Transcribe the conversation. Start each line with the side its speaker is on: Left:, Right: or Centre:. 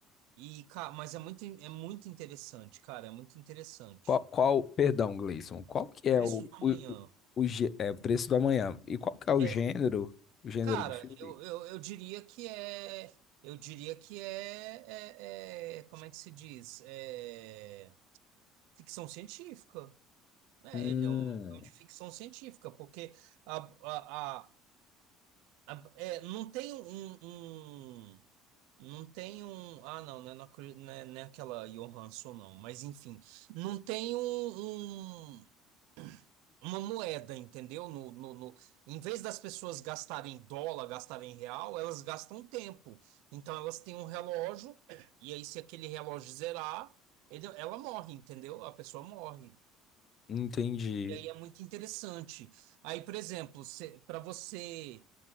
Right: E, cara, mas é muito, é muito interessante, cara, é muito interessante.
Left: Qual, qual, perdão, Gleison, qual que é
Right: preço
Left: o,
Right: do amanhã.
Left: o, o, o gê- é, Preço do Amanhã? E qual que é o
Right: É,
Left: gênero, o gênero
Right: cara,
Left: do filme?
Right: eu, eu, eu diria que é. Eu diria que é, é- é- Como é que se diz? É, ficção científica. É,
Left: Hum,
Right: ele é um filme de ficção científica, porque a, a, a, a- é, não tem um, um- Não tem um. Ah, não, não é, na Cru- não é, não é aquela Johansson, não. Mas, enfim, não tem um, um- uma moeda, entendeu? No, no, no- em vez das pessoas gastarem dólar, gastarem real, elas gastam tempo. Então, elas têm um relógio, e aí, se aquele relógio zerar, ele- ela morre, entendeu? A pessoa morre.
Left: entendi,
Right: E aí é muito interessante. Aí, por exemplo, para você